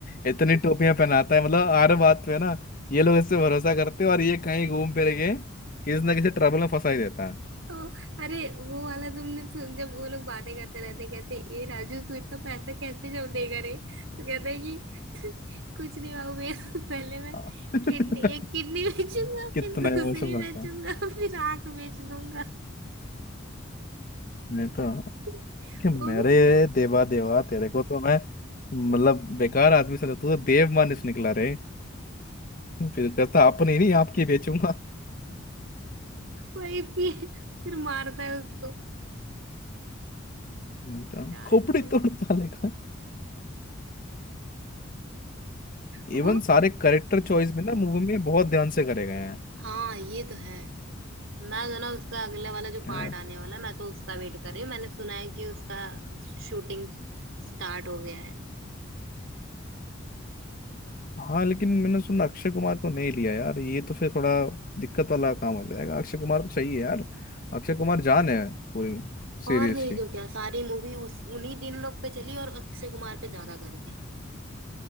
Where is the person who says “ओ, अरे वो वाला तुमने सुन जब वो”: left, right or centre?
Right